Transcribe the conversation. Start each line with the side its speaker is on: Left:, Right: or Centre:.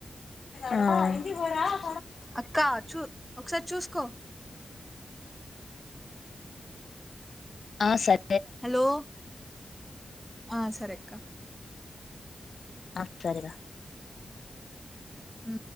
Left: ఆ
Centre: అక్కా చూ ఒకసారి చూసుకో
Left: ఆ సరే
Centre: హలో ఆ సరే అక్కా
Left: ఆ సరే రా
Centre: ఊ